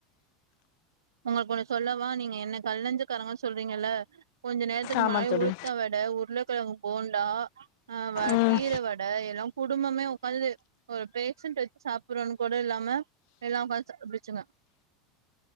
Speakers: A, on the right; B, on the left.
A: உங்களுக் ஒன்னு சொல்லவா நீங்க என்ன கல்நெஞ்சுக்காரோங்கன் சொல்றீங்கல்ல கொஞ்ச நேரத்துக்கு
B: ஆமா
A: முன்னாடி
B: தோழி
A: உளுத்த வட உருளக்கெழங்கு போண்டா ஆ வ
B: ம்
A: கீர வ ட எல்லா குடும்பமே உக்காந்து ஒரு பேஷன்ட் வெச்சு சாப்புறோனு கூட இல்லாம எல்லா உக்காந் சாப்ட்டுச்சுங்க